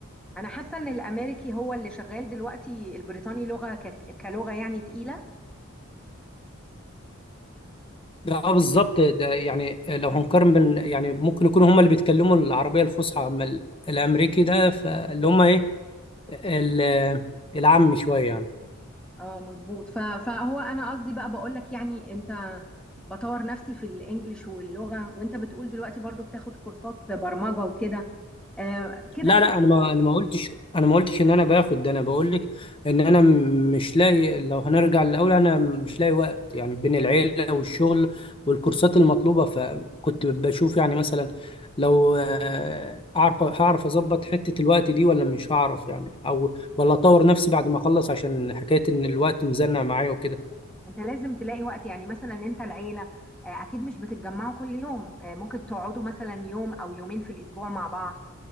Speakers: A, in the centre; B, on the left.
A: انا حاسة ان الامريكي هو اللي شغال دلوقتي البريطاني لغة كت... كلغة يعني تقيلة
B: اه بالظبط ده يعني لو هنقارن بين يعني ممكن يكونوا هم اللي بيتكلموا العربيه الفصحى اما ال- الامريكي ده فاللي هم ايه ال- العامي شويه يعني
A: اه مظبوط ف... فهو انا قصدي بقى بقولك يعني انت بطور نفسي في الانجليش واللغة وانت بتقول دلوقتي برضو بتاخد كورسات برمجة وكده آه كده
B: لا
A: انت
B: لا انا ما انا ما قلتش انا ما قلتش ان انا باخد ده انا بقول لك ان انا م- مش لاقي لو هنرجع للاول انا مش لاقي وقت يعني بين العيله والشغل والكورسات المطلوبه فكنت بشوف يعني مثلا لو آه، اعرف هعرف اظبط حته الوقت دي ولا مش هعرف يعني او ولا اطور نفسي بعد ما اخلص عشان حكايه ان الوقت مزنق معايا وكده
A: انت لازم تلاقي وقت يعني مثلا انت العيله آه، اكيد مش بتتجمعوا كل يوم آه، ممكن تقعدوا مثلا يوم او يومين في الاسبوع مع بعض